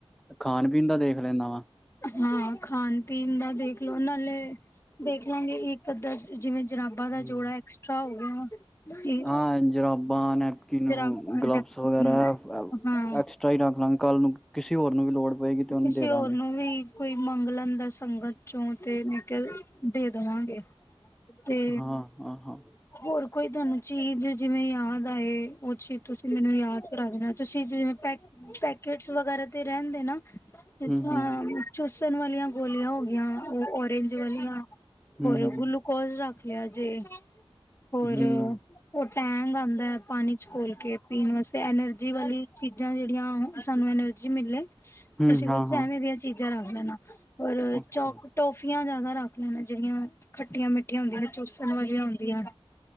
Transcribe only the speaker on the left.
ਹਾਂ ਖਾਣ -ਪੀਣ ਦਾ ਦੇਖਲੋ ਨਾ ਨਾਲੇ ਦੇਖ ਲਾਂਗੇ ਇੱਕ ਅੱਧਾ ਜਿਵੇਂ ਜਰਾਬਾਂ
ਦਾ ਜੋੜਾ ਐਕਸਟਰਾ ਹੋ ਗਿਆ। ਤੇ
ਜਰਾਬਾਂ
ਨੈਪਕਿਨ
ਹਾਂ
ਕਿਸੇ
ਹੋਰ ਨੂੰ ਵੀ ਕੋਈ ਮੰਗ ਲੈਂਦਾ ਸੰਗਤ 'ਚੋਂ ਤੇ ਮੈਂ ਕਿਆ ਦੇ ਦੇਵਾਂਗੇ। ਤੇ
ਹੋਰ ਕੋਈ ਤੁਹਾਨੂੰ ਚੀਜ਼ ਜਿਵੇਂ ਯਾਦ ਆਏ ਓ ਚੀਜ਼ ਤੁਸੀਂ ਮੈਨੂੰ ਯਾਦ ਕਰਾ ਦੇਣਾ ਚੀਜ਼ ਜਿਵੇਂ ਪੈਕ ਪੈਕੇਟਸ ਵਗੈਰਾ ਤੇ ਰੈਂ ਦੇਨਾ। ਜਿਸ
ਤਰ੍ਹਾਂ
ਚੂਸਣ ਵਾਲੀਆਂ ਗੋਲੀਆਂ ਹੋ ਗਈਆਂ ਓ ਓਰੇਂਜ ਵਾਲੀਆਂ
ਹੋਰ
ਗਲੂਕੋਜ ਰੱਖ ਲਿਆ ਜੇ ਹੋਰ
ਓ ਟੈਂਗ ਆਂਦਾ ਐ ਪਾਣੀ 'ਚ ਖੋਲ ਕੇ ਪੀਣ ਵਾਸਤੇ ਐਨਰਜੀ ਵਾਲੀ ਚੀਜ਼ਾਂ ਜੇੜੀਆਂ ਸਾਨੂੰ ਐਨਰ ਜੀ ਮਿਲੇ
ਤੁਸੀ ਕੁਛ
ਐਵੇਂ ਦੀਆਂ ਚੀਜ਼ਾਂ ਰੱਖ ਲੈਣਾ ਔਰ
ਚੋਕ ਟੋਫੀਆਂ ਜਾਦਾ ਰੱਖ ਲੈਣਾ ਜੇੜੀਆਂ ਖੱਟੀਆਂ ਮਿੱਠੀਆਂ ਹੁੰਦੀਆਂ ਨੇ ਚੂਸਣ ਵਾਲੀਆ ਹੁੰਦੀਆਂ।